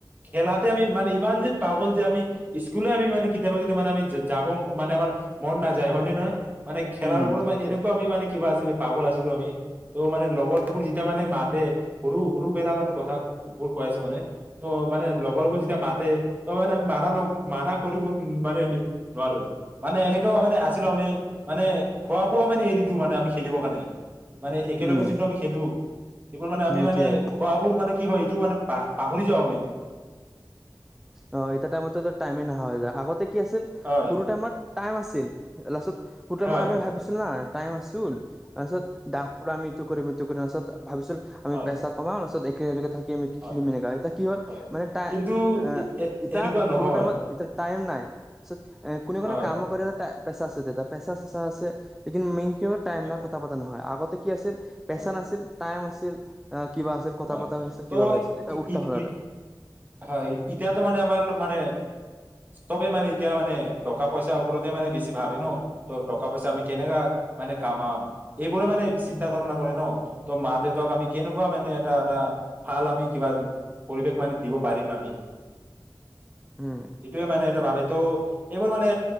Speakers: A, on the right; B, in the centre.
A: খেলাতে আমি মানে ইমান যেন পাগল যে আমি স্কুলে আমি মানে কেতিয়াবা কেতিয়াবা মানে আমি যাব মানে আমাৰ মন নাযায়, হয় নে নহয়? মানে খেলাৰ
B: উম,
A: ওপৰত মে
B: এতিয়া
A: এনেকুৱা আমি মানে কিবা আছিলে পাগল আছিলো আমি। ত' মানে লগৰবোৰ যেতিয়া মানে মাতে, সৰু সৰুবেলা মানে কথা বোৰ কৈ আছো মানে, ত মানে লগৰবোৰ যেতিয়া মাতে ত মানে মানা ন মানা কৰিব মানে নোৱাৰো। মানে এনেকাও মানে আছিলো আমি মানে খোৱা বোৱা মানে এৰি মানে আমি খেলিবৰ কাৰণে, মানে একেলগে
B: উম,
A: যিটো আমি খেলো, এইবোৰ মানে আমি
B: এতিয়া
A: মানে খোৱা বোৰ মানে কি হয় এইটো মানে পা পাহৰি যাও আমি।
B: অ এইটো টাইমটো যদি টাইমে নহয় আগতে। কি আছিল,
A: হয়
B: সৰু টাইমত টাইম আছিল। তিল লাচত। সুটো
A: হয়
B: আমা আমি ভাবিছো না। টাইম আছোল। তাৰপিছত আমি ইটো কৰিম ইটো কৰিম আছত ভাবিছিলো আমি
A: হয়
B: পেইচা কমাও, তাছত এক একে লগে থাক। কেম
A: হয়
B: খেলি মেলি কয় এতিয়া কি হ'ল
A: হয়
B: মানে তাই
A: কিন্তু
B: অ
A: এ এ
B: ইটা,
A: এনেকুৱা নহয়
B: সৰু টাইমত ইতিয়া টাইম নাই। তাৰপিছত এ কোনে
A: হয়
B: কোনো কাম কৰিব- পেচা আছে দে তাৰ, পেচা ছেচা আছে, একিন মেইন কিয় টাইম
A: হয়
B: নাই কথা পতা নহয় আগতে কি আছিল পেচা
A: হয়
B: নাছিল, টাইম আছিল। অ কিবা আছিল কথা
A: হয়
B: পতা হৈ আছিল
A: ত'
B: কিবা হৈছিল এতিয়া
A: ই
B: উল্টা
A: ই
B: হল
A: ই
B: আৰু
A: হয় ইতিয়াতো মানে আমাৰ মানে, চবে মানে ইতিয়া মানে টকা পইচাৰ ওপৰতে মানে বেছি ভাবে ন, ত টকা পইচা আমি কেনেকা মানে কামাম এইবোৰে মানে চিন্তা ধাৰনা কৰে ন ত মা দেউতাক আমি কেনেকুৱা মানে এটা এটা ভাল আমি কিবা পৰিৱেশ মানে দিব পাৰিম আমি।
B: উম
A: এইটোৱে মানে এটা ভাবে তো এইবোৰ মানে